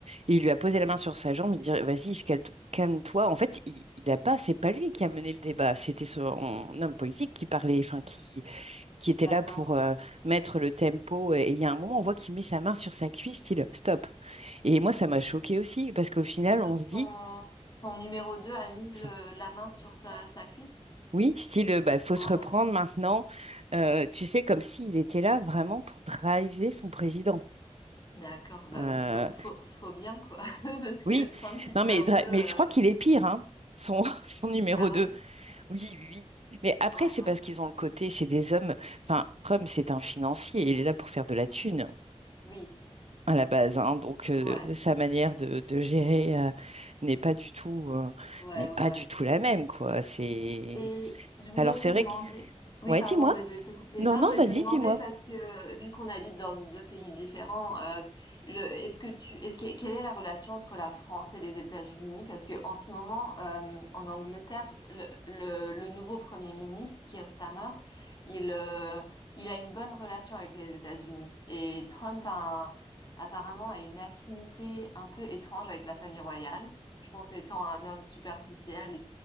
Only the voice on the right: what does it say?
il lui a posé la main sur sa jambe, il dit Vas-y, calme- calme-toi. En fait, il, il a pas, c'est pas lui qui a mené le débat, c'était son homme politique qui parlait, enfin, qui, qui était
là pour euh, mettre le tempo. Et il y a un moment, on voit qu'il met sa main sur sa cuisse, style stop. Et moi, ça m'a choqué aussi, parce qu'au final,
on
se dit.
enfin,
Oui, style, bah, faut
se reprendre maintenant. Euh, tu sais, comme s'il était là vraiment pour driver son président.
Euh,
Oui,
non
mais,
Dra-
mais je crois qu'il est pire, hein, son, <laughs> son numéro
2.
Oui, oui, oui. Mais après,
c'est
parce qu'ils ont le côté, c'est des hommes. Enfin, Rome, c'est un financier, il est là pour faire de la thune hein,
à la base, hein. donc euh,
sa manière de, de gérer euh, n'est pas du tout, euh,
n'est pas
du tout la même, quoi. C'est
alors
c'est
vrai que
ouais,
dis-moi.
Non,
non,
vas-y,
dis-moi.